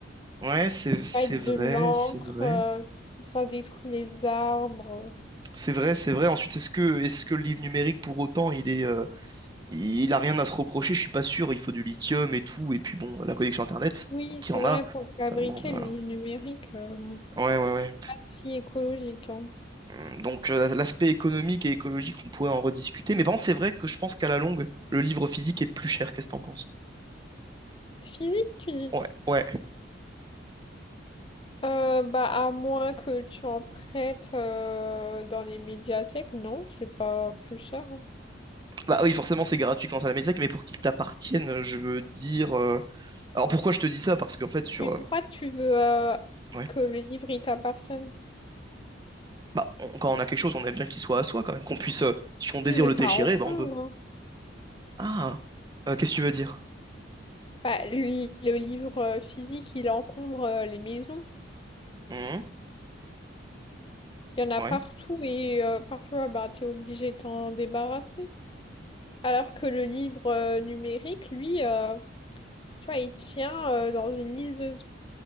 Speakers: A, on the right; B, on the left.
A: Ouais, c'est c'est
B: avec
A: vrai,
B: de l'encre,
A: c'est vrai.
B: euh, ça détruit les arbres.
A: C'est vrai, c'est vrai. Ensuite, est-ce que est-ce que le livre numérique pour autant, il est euh, il a rien à se reprocher, je suis pas sûr, il faut du lithium et tout et puis bon, la connexion internet
B: Oui,
A: qui
B: c'est
A: en
B: vrai,
A: a,
B: pour fabriquer
A: ça demande voilà.
B: le livre numérique, euh, bon,
A: Ouais, ouais, ouais.
B: c'est pas si écologique. hein.
A: Hum, Donc euh, l'aspect économique et écologique, on pourrait en rediscuter, mais par contre, c'est vrai que je pense qu'à la longue, le livre physique est plus cher. Qu'est-ce que t'en penses?
B: Physique, tu dis?
A: Ouais, ouais.
B: Euh, bah, à moins que tu en prêtes euh, dans les médiathèques, non, c'est pas plus cher. hein.
A: Bah oui, forcément, c'est gratuit quand à la médiathèque, mais pour qu'il t'appartienne, je veux dire. euh, Alors pourquoi je te dis ça? Parce qu'en fait, sur.
B: Mais
A: euh,
B: pourquoi tu veux euh,
A: Ouais.
B: que le livre il t'appartienne?
A: Bah, on- quand on a quelque chose, on aime bien qu'il soit à soi quand même, qu'on puisse. euh, Si on désire
B: Oui, mais
A: le
B: ça
A: déchirer,
B: encombre.
A: bah on peut.
B: hein.
A: Ah, euh, qu'est-ce que tu veux dire?
B: Bah, lui, le livre euh, physique, il encombre euh, les maisons.
A: Mhm,
B: Il y en a
A: Ouais.
B: partout et euh, parfois, bah, t'es obligé de t'en débarrasser. Alors que le livre euh, numérique, lui, euh, tu vois, il tient euh, dans une liseuse.